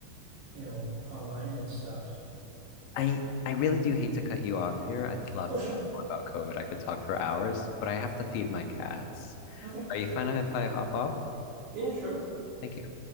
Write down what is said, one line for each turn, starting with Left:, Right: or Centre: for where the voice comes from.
Right: you know, online and stuff.
Left: I I really do hate to cut you off here. I'd love
Right: Oh,
Left: to
Right: sure.
Left: talk more about COVID. I could talk for hours, but I have to feed my cats.
Right: Okay.
Left: Are you fine if I hop off?
Right: Yeah, sure.
Left: Thank you.